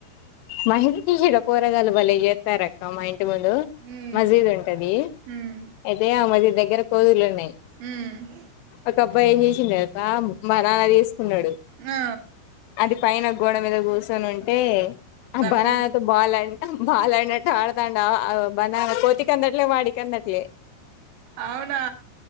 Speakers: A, on the left; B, on the right.
A: మహిందకిషట పోరగాలు బలే చేస్తారక్క మహ ముందు
B: ఉమ్
A: మజీద్ ఉంటది.
B: ఉమ్
A: అయితే ఆ మజీద్ దగ్గర పోదులనే
B: ఉమ్
A: అక అబ్బా ఏం చేసింది అబ్బా మన అలా తీసుకున్నాడు.
B: ఆ
A: అది పైన గోడ మీద కూర్చొని ఉంటే ఆ
B: దానికేసి
A: బరా అతు బాల్ అండి బాల్ ఆడినట్ట ఆడతాంటవ బననా కోతి కందట్లే వాడి కందట్లే
B: అవునా